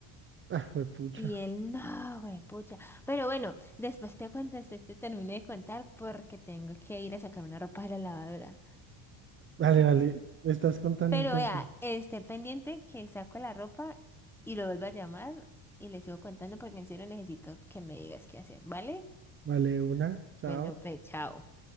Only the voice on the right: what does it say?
Ah, fue pucha.
Vale, vale. ¿Me estás contando
entonces?
Vale, una. Chao.